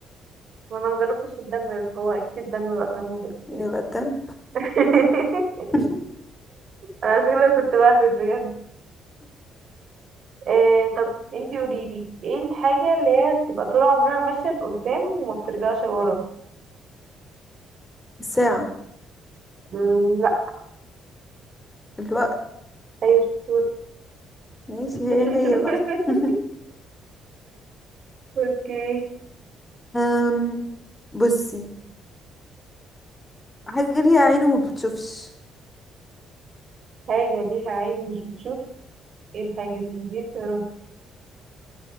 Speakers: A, on the right (about 55°); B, on the left (about 15°).
A: وانا مجربتش الدم فهو اكيد الدم بقى عشان انا مجربتوش
B: يبقى الدم
A: <laughs>
B: <laughs>
A: انا فكرة كنت بهبت بجد إيه طب انتي قوليلي ايه الحاجة اللي هي بتبقى طول عمرها ماشية لقدام وما بترجعش ورا
B: الساعة
A: مم، لا
B: الوقت
A: ايوه شطور
B: ماشي
A: <laughs>
B: هي هي بقى <laughs>
A: اوكي
B: أم بصي حاجة ليها عين وما بتشوفش
A: حاجة ليها عين مش بتشوف ايه الحاجة دي دي يا رب